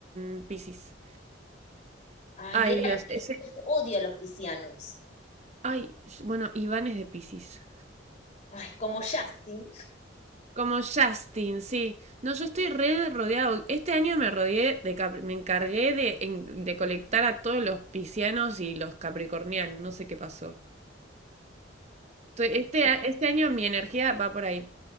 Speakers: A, on the right; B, on the left.
A: en Piscis.
B: Ay,
A: Ay,
B: eran,
A: Dios, ese...
B: odio a los piscianos.
A: Ay, bueno, Iván es de Piscis.
B: Ay, como Justin.
A: Como Justin, sí. No, yo estoy re rodeado. Este año me rodeé de Capri- me encargué de, en- de colectar a todos los piscianos y los capricornianos. No sé qué pasó. Estoy- Este, a- este año mi energía va por ahí.